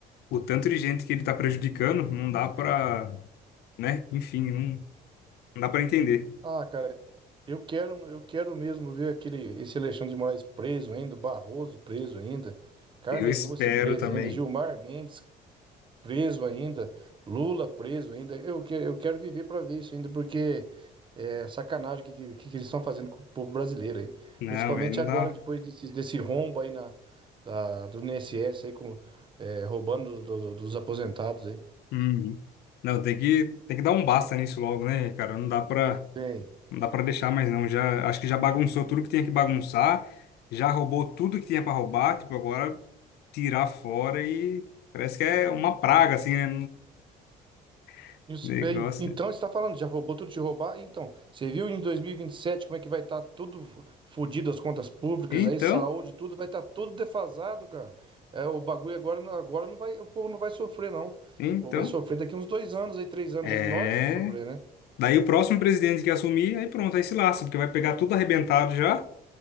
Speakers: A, on the left; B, on the right.
A: o tanto de gente que ele tá prejudicando, não dá pra, né? Enfim, não, não dá pra entender.
B: Ah, cara, eu quero, eu quero mesmo ver aquele, esse Alexandre de Moraes preso ainda, o Barroso preso ainda, Carmen
A: Eu espero
B: Lúcia preso
A: também.
B: ainda, Gilmar Mendes, preso ainda, Lula preso ainda. Eu, que- eu quero viver para ver isso ainda, porque é sacanagem o que, que, que eles estão fazendo com o povo brasileiro aí.
A: Não,
B: Principalmente
A: velho, não
B: agora,
A: dá.
B: depois desse, desse rombo aí na, da- do INSS aí, com, é, roubando do- do- dos aposentados aí.
A: Uhum. Não, tem que, tem que dar um basta nisso logo, né, cara? Não dá pra
B: Tem.
A: Não dá pra deixar mais não. Já, acho que já bagunçou tudo que tinha que bagunçar, já roubou tudo que tinha pra roubar, tipo, agora tirar fora e parece que é uma praga assim, né? <laughs>
B: Isso-
A: Negócio.
B: é, en- Então,
A: né?
B: você está falando, já roubou tudo de roubar? Então, você viu em dois mil e e vinte e sete como é que vai estar tudo fodido, as contas públicas,
A: Então,
B: aí saúde, tudo vai estar tudo defasado, cara. É, o bagulho agora, não- agora não vai, o povo não vai sofrer, não. O
A: então,
B: povo vai sofrer daqui uns dois anos, aí três anos,
A: é,
B: aí nós vamos sofrer, né?
A: daí o próximo presidente que assumir, aí pronto, aí se lasca, porque vai pegar tudo arrebentado já,